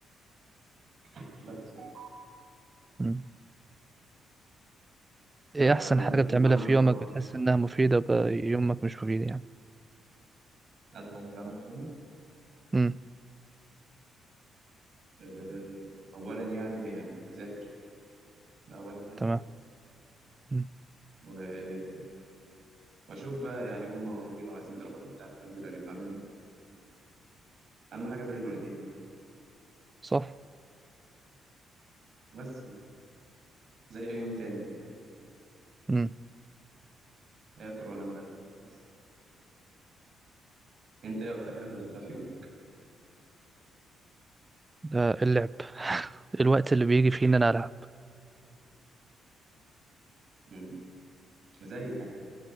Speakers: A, on the right; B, on the right.
A: بس يعني
B: مم. ايه
A: فنفسي
B: أحسن حاجة بتعملها
A: يبقى عندي
B: في
A: صحاب
B: يومك بتحس
A: يعني
B: إنها مفيدة بقى يومك مش مفيد يعني
A: عارف أنا بعمل إيه؟
B: امم
A: آه، أولا يعني أذاكر ده أولا يعني
B: تمام مم.
A: و- وأشوف بقى يعني أمي وأبوي لو عايزين طلبات من تحت أنزل أجيبها لهم أهم حاجة بر الوالدين يعني
B: صح
A: بس يعني زي أي يوم تاني يعني
B: امم
A: آكل وأنام بدري بس أنت إيه أكتر حاجة بتحبها في يوم؟
B: ده اللعب <laughs> الوقت اللي بيجي فيه إن أنا ألعب
A: مم. زي يعني.